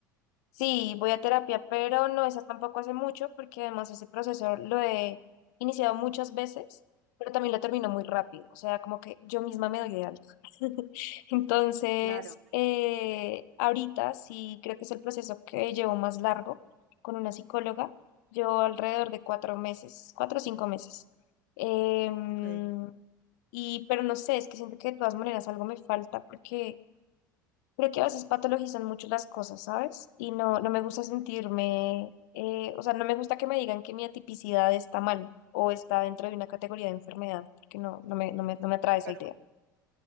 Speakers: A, on the left; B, on the right.
A: Sí, voy a terapia, pero no esa tampoco hace mucho, porque además ese proceso lo he iniciado muchas veces, pero también lo termino muy rápido, o sea, como que yo misma me doy de alta. <laughs> Entonces,
B: Claro.
A: eh, ahorita sí creo que es el proceso que llevo más largo con una psicóloga, llevo alrededor de cuatro meses, cuatro o cinco meses. Em,
B: Ok,
A: y, pero no sé, es que siento que de todas maneras algo me falta porque Creo que a veces patologizan mucho las cosas, ¿sabes? Y no, no me gusta sentirme, eh, o sea, no me gusta que me digan que mi atipicidad está mal o está dentro de una categoría de enfermedad, porque no, no me, no me, no me atrae esa
B: claro,
A: idea.